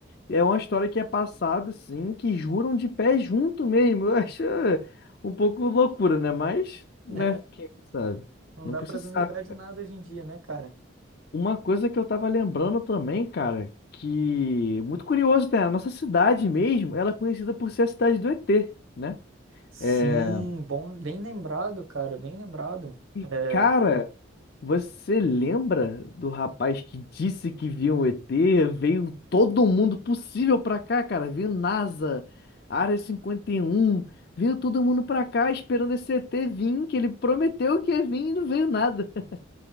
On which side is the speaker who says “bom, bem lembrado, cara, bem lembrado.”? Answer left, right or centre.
Right